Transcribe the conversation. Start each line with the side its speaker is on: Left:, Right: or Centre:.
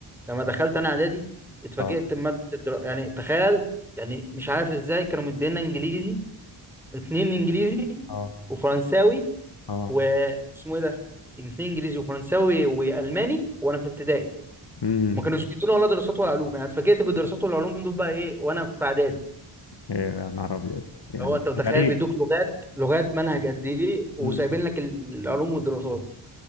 Centre: لما دخلت انا اعدادي اتفاجئت
Left: اه
Centre: بمادة الدرا... يعني تخيل يعني مش عارف ازاي كانوا مدينا انجليزي اتنين انجليزي
Left: اه
Centre: وفرنساوي
Left: اه
Centre: واسمه ايه ده اتنين انجليزي وفرنساوي والماني وانا في ابتدائي
Left: امم
Centre: ما كانوش بيدونا ولا دراسات ولا علوم يعني اتفاجئت بالدراسات والعلوم دول بقى ايه وانا في اعدادي
Left: يا نهار ابيض يعني
Centre: لو انت متخيل
Left: كان غريب
Centre: بيدوك لغات لغات منهج قد ايه وسايبين
Left: أمم.
Centre: لك العلوم والدراسات